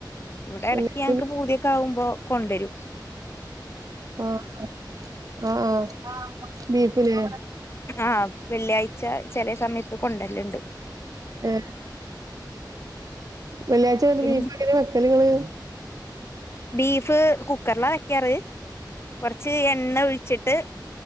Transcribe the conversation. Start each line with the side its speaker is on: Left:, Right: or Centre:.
Left: ഇവിടെ ഇടയ്ക്ക്
Right: വെള്ളിയാഴ്ച
Left: ഞങ്ങക്ക് പൂതിയൊക്ക ആവും കൊണ്ടരും
Right: ആഹ് ആഹ് ആഹ് ബീഫില്
Left: ആഹ് വെള്ളിയാഴ്ച ചെല സമയ കൊണ്ടര്ല്ണ്ട്.
Right: ഏ വെള്ളിയാഴ്ച വ
Left: പിന്നെ
Right: വീപ്പ അങ്ങനെ വെക്കലുങ്ങള്
Left: ബീഫ് കുക്കറില വെക്കാറ് കുറച്ച് എണ്ണ ഒഴിച്ചിട്ട്